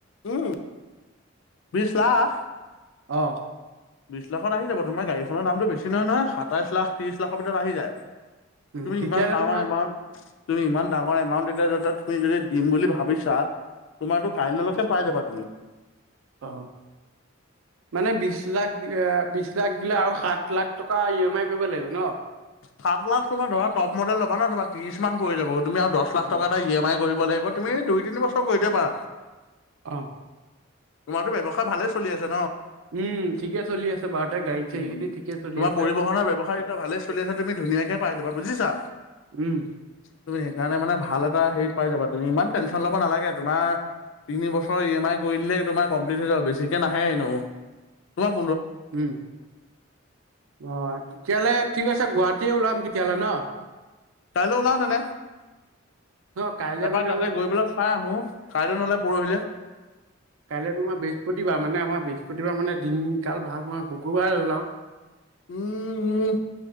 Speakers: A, on the left (about 65°); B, on the right (about 75°).
A: উ বিছ লাখ।
B: অ,
A: বিশ লাখত আহি যাব তোমাৰ গাড়ীখনৰ দামটো বেছ নহয় নহয়, সাতাইশ লাখ ত্ৰিশ লাখৰ ভিতৰত আহি যায়।
B: উম
A: তুমি
B: তেতিয়াহ'লে
A: ইমান ডাঙৰ
B: তোমাৰ
A: এমাউণ্ট তুমি ইমান ডাঙৰ এমাউণ্ট এতিয়া য তাত তুমি যদি দিম বুলি ভাবিছা তোমাতো কাইলৈকে পাই যাবা তুমি।
B: অ। মানে বিশ লাখ বিশ লাখ দিলে আৰু সাত লাখ টকা ই এম আই কৰিব লাগিব ন?
A: সাত লাখ তোমাৰ ধৰা ট মডেল লবা ন তোমাৰ ত্ৰিশ লাখ পৰি যাব। তুমি আৰু দহ লাখ
B: উম,
A: টকা এটা এম আই কৰিব দ লাগিব তুমি দুই তিন বছৰ কৰি দিয়াবা।
B: অ
A: তোমাৰতো ব্যৱসায় ভালে চলি আছে।
B: উম ঠিকে চলি আছে বাৰুতে গাড়ী চাড়ী
A: উ
B: খিনি ঠিকে চলি
A: তোমাৰ
B: আছে
A: পৰিবহনৰ ব্যৱসায় এতিয়া ভালেই চলি আছে। তুমি ধুনীয়াকে পাই যাবা বুজিছা।
B: উম
A: তুমি সেইকাৰণে মানে ভাল এটা হেৰিত পাই যাবা, তুমি ইমান তেনশন ল'ব নালাগে। তোমাৰ তিনি বছৰ ই এম আই কৰি দলেে তোমাৰ কমপ্লিট হৈ যাব, বেছিকে নাহে এনেওঁ তোম
B: উম অ তেতিয়াহ'লে ঠিক আছে, গুৱাহাটী ত ওলাম তেতিয়াহ'লে ন।
A: কাইলৈ ওলাও ন নে। তাৰপৰা
B: ন কাইলে মানে
A: তাতে
B: মোৰ
A: গৈ পেললৈ চাই আহো, কাইলৈ নলে পৰহিলে।
B: কাইলৈ তোমাৰ বেছ বৃহস্পতিবাৰ মানে আমাৰ বৃহস্পতিবাৰ মানে দিনকাল ভাল, মই শুকুৰবাৰে ওলাওঁ।
A: উম উম